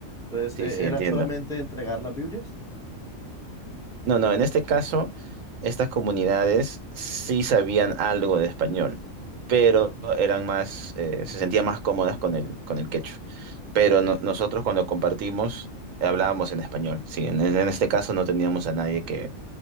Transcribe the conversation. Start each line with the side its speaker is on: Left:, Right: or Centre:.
Centre: Entonces,
Right: sí,
Centre: e-
Right: sí, entiendo.
Centre: ¿era solamente entregar las Biblias?
Right: No, no, en este caso, estas comunidades sí sabían algo de español, pero eran más, eh, se sentían más cómodas con el, con el quechua. Pero no- nosotros cuando compartimos, hablábamos en español, sí. En, en este caso no teníamos a nadie que,